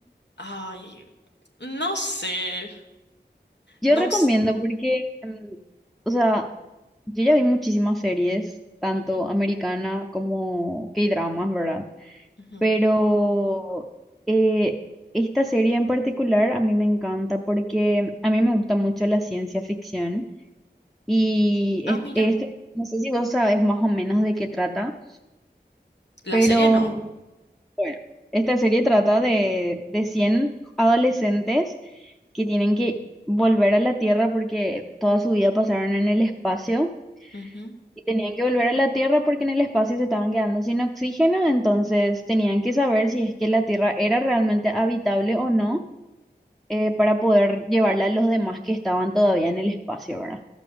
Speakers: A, on the left; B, in the centre.
A: Ay, no sé,
B: Yo
A: no
B: recomiendo
A: sé.
B: porque, mm, o sea, yo ya vi muchísimas series, tanto
A: Ujú,
B: americana como K-dramas, ¿verdad?
A: ujú.
B: Pero eh, esta serie en particular a mí me encanta porque a mí me gusta mucho la ciencia ficción y
A: Ah,
B: este,
A: mira,
B: este- no sé si vos sabes más o menos de qué trata,
A: la
B: pero
A: serie no.
B: bueno, esta serie trata de, de 100 adolescentes que tienen que volver a la Tierra porque toda su vida pasaron en el espacio
A: Ujú.
B: y tenían que volver a la Tierra porque en el espacio se estaban quedando sin oxígeno, entonces tenían que saber si es que la Tierra era realmente habitable o no eh, para poder llevarla a los demás que estaban todavía en el espacio, ¿verdad?